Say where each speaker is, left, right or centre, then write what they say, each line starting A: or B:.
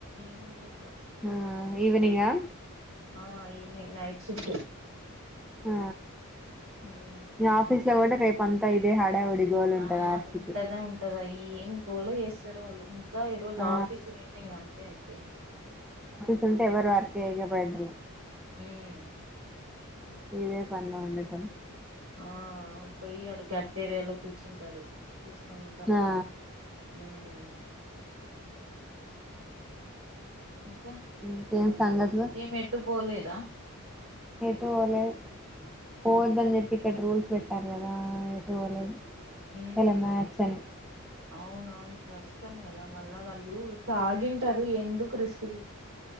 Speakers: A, on the right; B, in the centre.
A: ఏముంట
B: ఆ ఈవినింగా
A: ఆ ఈవినింగ్ నైట్ షిఫ్ట్
B: ఆ
A: ఉమ్
B: నా ఆఫీస్లో కూడా రేపు అంతా ఇదే హడావుడి గోల్ ఉంటది
A: ఆ
B: ఆర్సిపి
A: ఉంటదా ఉంటదా ఏం గోల చేస్తారో వాళ్ళు ఇంకా ఈరోజు
B: ఆ
A: ఆఫీస్ ఉనింటే ఇంగ అంతే అయిపోయింది
B: సుంటే ఎవరు ఆర్కే హేగ బయడు
A: ఉమ్మ్
B: ఇదే పనిలో ఉండేటోళ్లు
A: ఆ పొయ్యి ఆడ కెఫేడేలో కూర్చుంటారు కొంత
B: ఆ
A: ఉమ్మ్ ఇంకా
B: ఇంకేం సంగతులు
A: ఏం ఎటు పోలేదా
B: ఏటుపోలేదు పోవద్దని
A: ఉమ్
B: చెప్పి ఇక్కడ రూల్స్ పెట్టారు కదా ఎటు పోలేదు
A: ఉమ్మ్
B: ఇలా మ్యాచ్ అని
A: అవునవును కష్టం కదా మళ్ళా వాళ్ళు తాగింటారు ఎందుకు రిస్క్ తీ